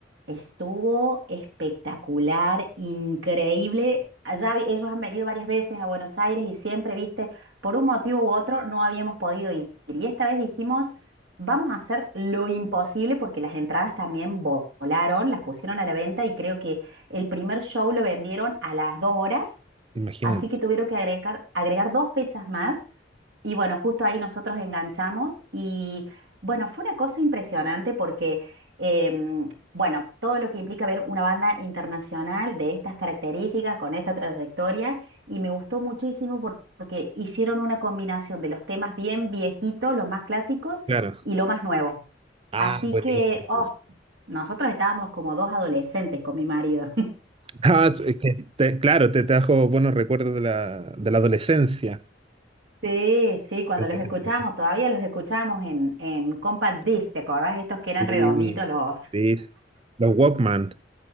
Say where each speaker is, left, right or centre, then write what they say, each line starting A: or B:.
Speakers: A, on the right; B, on the right.
A: estuvo espectacular, increíble. Allá vi- ellos han venido varias veces a Buenos Aires y siempre, viste, por un motivo u otro no habíamos podido ir. Y esta vez dijimos, vamos a hacer lo imposible porque las entradas también vo- volaron, las pusieron a la venta y creo que el primer show lo vendieron a las dos horas
B: Imagínate.
A: Así que tuvieron que agregar, agregar dos fechas más y bueno, justo ahí nosotros enganchamos y bueno, fue una cosa impresionante porque, em, bueno, todo lo que implica ver una banda internacional de estas características, con esta trayectoria, y me gustó muchísimo por- porque hicieron una combinación de los temas bien viejitos, los más clásicos
B: Claro.
A: y lo más nuevo.
B: Ah,
A: Así
B: buenísimo.
A: que, oh, nosotros estábamos como dos adolescentes con mi marido.
B: Ah, es que te- claro, te trajo buenos recuerdos de la, de la adolescencia.
A: Sí, sí, cuando
B: Sí,
A: los escuchamos, todavía los escuchamos en, en Compact Disc, ¿te acordás? Estos que eran
B: sí.
A: redonditos los...
B: sí. Los Walkman.